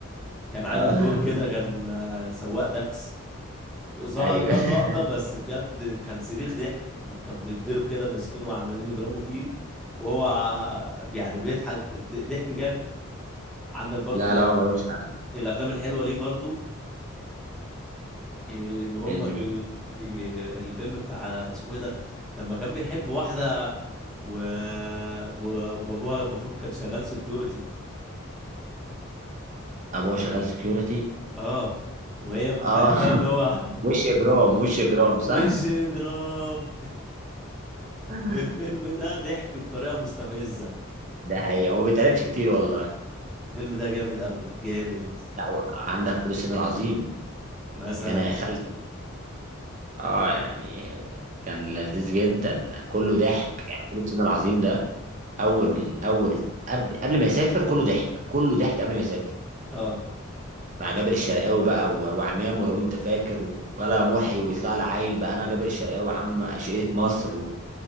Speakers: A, in the centre; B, on the right.
A: كان عامل
B: اه
A: دور كده كان
B: <laughs>
A: آه، سواق تاكس ظهر
B: ايوه
A: كام
B: <laughs>
A: لقطة بس بجد كان صريخ ضحك وكان بيتضرب كده ماسكينه وعمالين يضربوا فيه وهو ع- يعني بيضحك ض- ضحك جامد عندك برضو
B: لا
A: من الأفل...
B: لا هو ملوش حل
A: الأفلام الحلوة ليه برضو إيه، إن هم
B: فيلم
A: ك...
B: ايه
A: إيه، الفيلم بتاع اسمه إيه ده لما كان بيحب واحدة و... و... وأبوها المفروض كان شغال سكيورتي
B: ابوه شغال سكيورتي
A: اه وهي مفهماه
B: اه <laughs>
A: إن هو
B: وش اجرام وش اجرام
A: <laughs>
B: صح
A: وش إجرام
B: <laughs>
A: الفيلم ده ضحك بطريقة مستفزة
B: ده حقيقي هو ما بيتقالش كتير والله
A: الفيلم ده جامد قوي جامد
B: لا و- عندك فول الصين العظيم
A: مثلا
B: يا انا يا خالتي اه يعني آه، كان لذيذ جدا كله ضحك يعني فول الصين العظيم ده اول
A: اه
B: اول قبل قبل ما يسافر كله ضحك كله ضحك قبل ما يسافر
A: اه
B: مع جابر الشرقاوي بقى و- وعمامه لو انت فاكر و- ولا محي ويطلع لي عيل بقى انا جابر الشرقاوي عم اشقية مصر